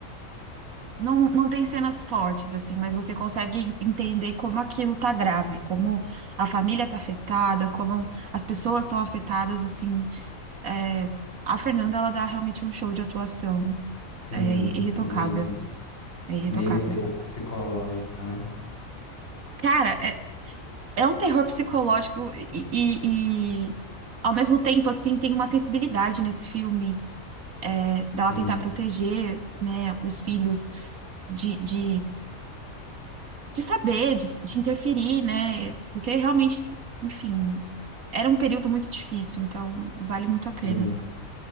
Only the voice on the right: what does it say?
Não, não tem cenas fortes, assim, mas você consegue entender como aquilo tá grave, como a família tá afetada, como as pessoas estão afetadas, assim. É, a Fernanda, ela dá realmente um show de atuação.
É irretocável.
É irretocável.
Cara, é, é um terror psicológico e, e, e, ao mesmo tempo, assim, tem uma sensibilidade nesse filme, é, dela
tentar proteger, né, os filhos de de de saber, de, de interferir, né? Porque realmente, enfim, era um período muito difícil, então vale muito a
pena.